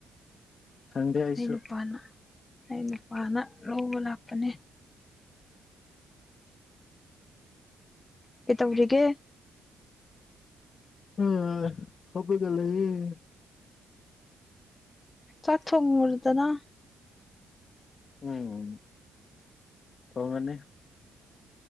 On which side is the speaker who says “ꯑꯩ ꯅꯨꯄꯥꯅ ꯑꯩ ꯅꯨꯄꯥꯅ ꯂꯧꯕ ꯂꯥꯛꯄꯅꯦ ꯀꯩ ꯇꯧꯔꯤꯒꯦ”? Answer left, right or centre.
Left